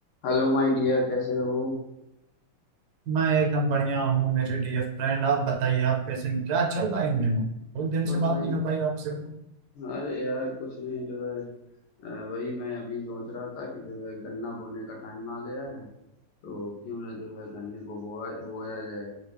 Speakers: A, on the left; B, on the right.
A: Hello my dear कैसे हो
B: मैं एकदम बढ़िया हूँ मेरे डियर फ्रेंड आप बताइए आप कैसे हैं? क्या चल रहा है इन दिनों बहुत दिन
A: कुछ
B: से बात
A: नहीं
B: नहीं हो पाई आपसे
A: अरे यार कुछ नहीं जो है अ, वही मैं अभी सोच रहा था कि जो है गन्ना बोने का टाइम आ गया है तो क्यों ना जो है गन्ने को बोया बोया जाए